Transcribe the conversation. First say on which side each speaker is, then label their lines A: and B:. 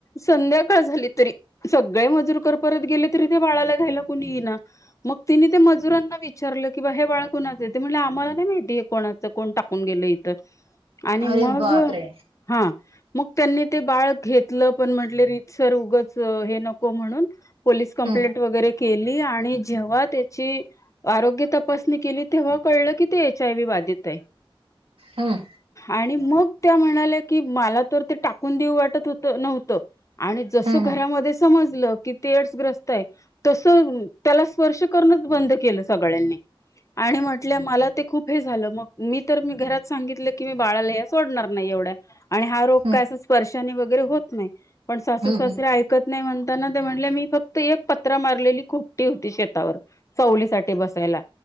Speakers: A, on the left; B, on the right.
A: संध्याकाळ झाली तरी सगळे मजूर कर परत गेले तरी त्या बाळाला घ्यायला कुणी येईना मग तिने ते मजुरांना विचारलं की बा हे बाळा कुणाच आहे ते म्हणलं आम्हाला नाय माहिती कोणाचा कोण टाकून गेलं इथं आणि
B: अरे
A: मग
B: बाप रे!
A: हा मग त्यांनी ते बाळ घेतलं पण म्हटले रीतसर उगच हे नको म्हणून पोलीस कंप्लेंट
B: हम्म
A: वगैरे के ली आणि जेव्हा त्याची आरोग्य तपासणी केली तेव्हा कळलं की ते एच आय व्ही बाधित आहे
B: हम्म.
A: आणि मग त्या म्हणाल्या की मला तर ते टाकून देऊ वाटत होतं नव्हतं आणि जसं
B: हम्म
A: घरामध्ये समजलं की ते एड्स ग्रस्त आहे तस त्याला स्पर्श करणच बंद केलं सगळ्यांनी. आणि म्हटल्या मला- ते खूप हे झालं. मग मी तर मी घरात सांगितलं की मी बाळाला या सोडणार नाही एवढ्यात. आणि हा रोग
B: हम्म
A: काय असा स्पर्शाने वगैरे होत नाही. पण सासू
B: हम्म
A: सासरे
B: हम्म
A: ऐक - कत नाही म्हणताना, ते म्हटले मी फक्त एक पत्रा मारलेली खोपटी होती शेतावर- सावलीसाठी बसायला.